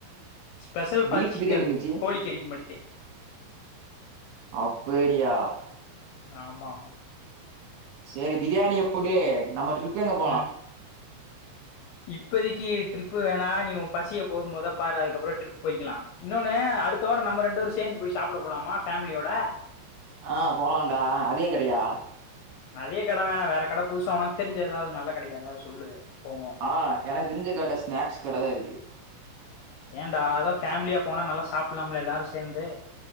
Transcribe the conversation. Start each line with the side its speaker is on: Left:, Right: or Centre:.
Left: special for
Right: beef
Left: chicken
Right: biryani மச்சி
Left: கோழிக்கறிக்கு மட்டுத்தா
Right: அப் பேடியா
Left: ஆமா ஆமா
Right: சேரி பிரியாணிய வுடு நம்ம ட்ரிப் லா எப்
Left: <inaudible> இப்பதிக்கி ட்ரிப்பு வேணா நீ பசிய போ மொத பாரு அதுக்கப்புற ட்ரிப் போயிக்கிலா இன்னொன்னு அடுத்த வார நம்ம ரெண்டு பேரு சேந்து போய் சாப்புட போலாமா ஃபேமுலியோட
Right: ஆ போலான்டா அதே கடயா
Left: அதே கட வேணா வேற கட புதுசா ஒனக் தெரிஞ்சி எதாவ்து நல்ல கடயாந்தா சொல்லு போவோ
Right: ஆ எனக் தெஞ்ச கட ஸ்நெஸ் கட தா இருக்கு
Left: ஏன்டா அதா ஃபேம்லியா போனா நல்லா சாப்புல்லாம்ல எல்லாரு சேந்து